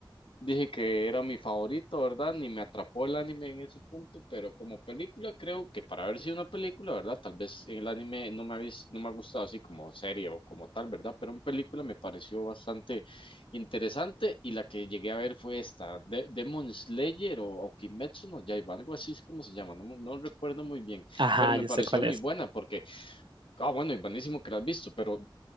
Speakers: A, on the left; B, on the right.
A: Dije que era mi favorito, ¿verdad? Ni me atrapó el anime en ese punto, pero como película creo que para haber sido una película, ¿verdad? Tal vez en el anime no me ha, vis- no me ha gustado así como serie o como tal, ¿verdad? Pero en película me pareció bastante interesante y la que llegué a ver fue esta, de Demon Slayer o, o Kimetsu no Yaiba, algo así es como se llama, no, me- no recuerdo muy bien,
B: Ajá,
A: pero me
B: yo
A: pareció
B: sé cuál
A: muy
B: es.
A: buena porque, ah, bueno, y buenísimo que la has visto, pero